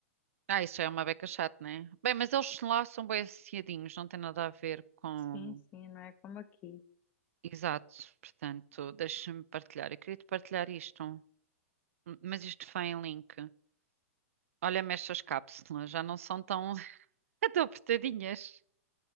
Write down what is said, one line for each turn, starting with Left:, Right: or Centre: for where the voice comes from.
Right: Ah, isso já é uma beca chata, né? Bem, mas eles lá são bem associadinhos, não tem nada a ver com.
Left: Sim, sim, não é como aqui.
Right: Exato, portanto, deixa-me partilhar. Eu queria te partilhar isto. M- Mas isto foi em link. Olha, mexe cápsulas, já não são tão, <laughs> tão apertadinhas.